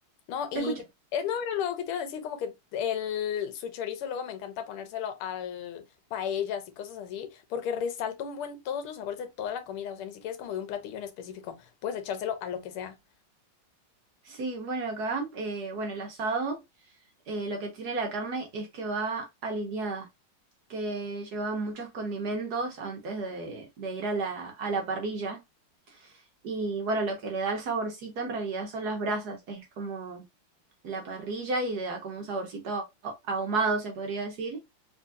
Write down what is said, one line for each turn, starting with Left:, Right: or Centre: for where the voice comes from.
Left: No, y
Right: te escucho.
Left: es no era luego que te iba a decir como que el su chorizo luego me encanta ponérselo al paellas y cosas así, porque resalta un buen todos los sabores de toda la comida, o sea, ni siquiera es como de un platillo en específico, puedes echárselo a lo que sea.
Right: Sí, bueno, acá, eh, bueno, el asado, eh, lo que tiene la carne es que va alineada, que lleva muchos condimentos antes de, de ir a la, a la parrilla. Y bueno, lo que le da el saborcito en realidad son las brasas, es como la parrilla y le da como un saborcito ahumado, se podría decir.